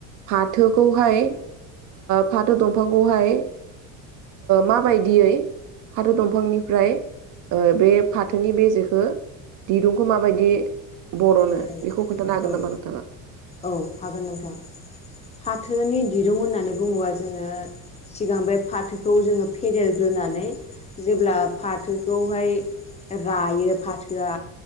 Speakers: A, on the right; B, on the left.
A: फाथोखौहाय फाथो दंफांखौहाय माबायदि दियै फाथो दंफांनिफ्राय बे फाथोनि बे जेखौ दिरुंखौ माबायदि बर'नो
B: मोननो हायो
A: बेखौ खोन्थानो हागोन
B: औ
A: नामा नोंथाङा
B: औ हागोन नोंथां फाथोनि दिरुं होननानै बुङोबा जोङो सिगां बे फाथोखौ जोङो फेदेरग्रोनानै जेब्ला फाथोखौहाय रायो फाथोआ